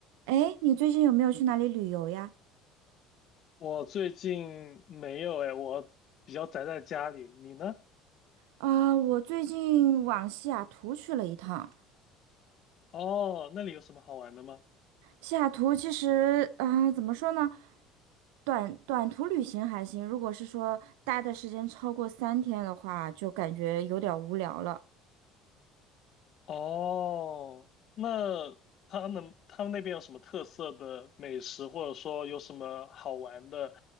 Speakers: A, on the right; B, on the left.
A: 哎，你最近有没有去哪里旅游呀？
B: 我最近没有哎，我比较宅在家里。你呢？
A: 啊、我最近往西雅图去了一趟。
B: 哦，那里有什么好玩的吗？
A: 西雅图其实，啊、怎么说呢，短短途旅行还行，如果是说待的时间超过三天的话，就感觉有点儿无聊了。
B: 哦，那他们他们那边有什么特色的美食，或者说有什么好玩的